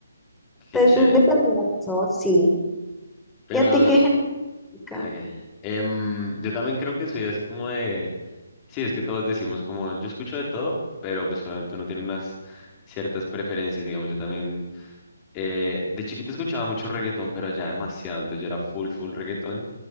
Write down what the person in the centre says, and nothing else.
Entonces,
depende mucho, sí.
¿Y a ti qué género de música?